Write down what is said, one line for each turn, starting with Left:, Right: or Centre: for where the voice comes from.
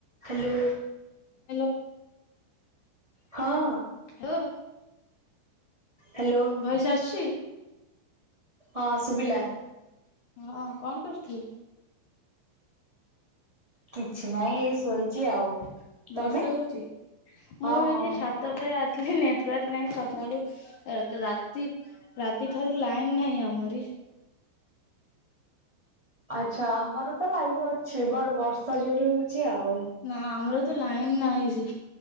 Right: ହ୍ୟାଲୋ।
Left: ହ୍ୟାଲୋ।
Right: ହଁ।
Left: ହାଲୋ।
Right: ହ୍ୟାଲୋ।
Left: ଭଏସ୍ ଆସୁଚି।
Right: ହଁ ଶୁବିଲା।
Left: ହଁ ଅ କଣ କରୁଥିଲୁ।
Right: କିଛି ନାଇଁ ଏ ଶୋଇଚି ଆଉ।
Left: ବର୍ଷା
Right: ତମେ?
Left: ହୋଉଚି
Right: ହଁ
Left: ମୁଁ ଏଠି
Right: ହଁ
Left: ଛାତ ଉପରେ ଆସି ହେ ନେଟୱାର୍କ ନାହିଁ ସକାଳୁ ରାତି ରାତିଠାରୁ ଲାଇନ ନାହିଁ ଆମରି।
Right: ଆଚ୍ଛା ଆମର ତ ଲାଇଫ ଅଛି ବଟ ବର୍ଷା ଜୋରେ ହୋଉଚି ଆଉ।
Left: ନା ଆମର ତ ଲାଇନ ନାହିଁ ସି